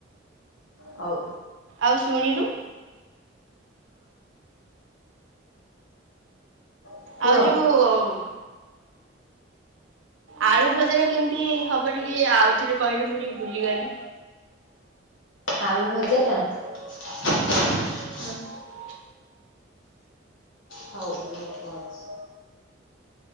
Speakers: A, on the left (about 80°); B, on the right (about 80°).
A: ହଉ
B: ଆଉ ଶୁଣିଲୁ,
A: ହଁ, କୁହ
B: ଆଉ ଯୋଉ, ଆଳୁ ଭଜାଟା କେମିତି ହବ ଟିକେ ଆଉ ଥରେ କହିଲୁ ମୁଁ ଟିକେ ଭୁଲିଗଲି,
A: ଆଳୁ ଭଜାଟା <inaudible> <inaudible>
B: ହଁ <inaudible>
A: ହଉ ରଛି <inaudible>